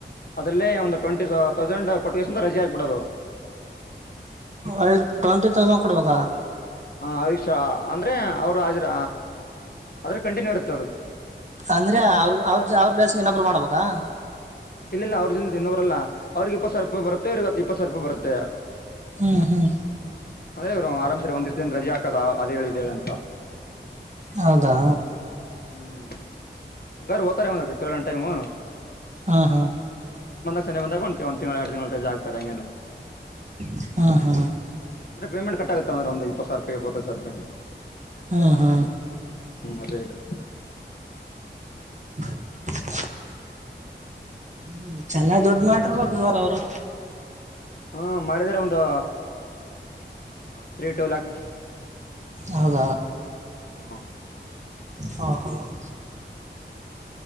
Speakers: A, on the left (about 55°); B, on the right (about 40°).
A: ಅದರಲ್ಲೇ ಒಂದು ಟ್ವೆಂಟಿ ತೌಸಂಡ್ ಕೊಟ್ಟಷ್ಟಿಂದ ರಜೆ ಆಗ್ಬಿಡೋದು
B: ಒಳ್ಳ ಟ್ವೆಂಟಿ ತೌಸಂಡ್ ಕೊಡ್ಬೇಕಾ
A: ಹ ಆಯುಷ ಅಂದ್ರೆ ಅವರು ಹಾಜಿರ ಆದ್ರೆ ಕಂಟಿನ್ಯೂ ಇರುತ್ತ
B: ಅಂದ್ರೆ ಅವ್ರ ಅವ್ರ ಅವ್ರ ಬ್ಲಸ್ಗೆ ಇನ್ನಬ್ರು ಮಾಡ್ಬೇಕಾ
A: ಇಲ್ಲ ಇಿಲ್ಲ ಅವ್ರ ಜಿಂದ ತಿದವ್ರಲ್ಲಾ ಅವ್ರಗ್ ಇಪ್ಪತ್ ಸಾವಿರ ರೂಪಾಯಿ ಬರುತ್ತೆ ಅವ್ರಗ ಇಪ್ಪತ್ ಸಾವಿರ ರೂಪಾಯಿ ಬರುತ್ತೆ
B: ಹ್ಮ್ ಹ್ಮ್
A: ಅಂದ್ರೆ ಇವರು ಆರಾಮ್ ಸರಿ ಒಂದ ದಿವಷ್ಟ ದಿನ ರಜೆ ಹಾಕೋದ ಅದೇಗಳಿದ್ದೇಳೆ ಅಂತ
B: ಹೌದಾ
A: ಹ್ಮ್ಂಗರು ಹತಾರೆ ಕೆೇಳಣಟೈಮ್
B: ಹಾ ಹಾ
A: ಬಂದಾಗಂಟ ಒ ತಿ ಎರಡು ಜಾಗ ಡ್ರೆ
B: ಹ್ಮ್ ಹ್ಮ್ ಹ್ಮ್
A: ಅಂದ್ರೆ ಪೇಮೆಂಟ್ ಕಂದ್ರೆ ಸರ್ಪೇ ಪತ ಸರ್ಪ
B: ಹ್ಮ ಹಾ
A: ಅದೇ ಇದೆ
B: <unintelligible> ಹ್ಮ್ ಚೆನ್ನಾಗ್ ದುಡ್ ಮಾಡಿರ್ಬೇಕವ ಅವರು
A: ಹ್ಮ ಮಾಡಿದ್ರೆ ಒಂದು ತ್ರೀ ಟೂ ಯಾಕ್ಸ್
B: ಹದ
A: ಹ್ಞೂ
B: ಹ ಹಾ ಹದ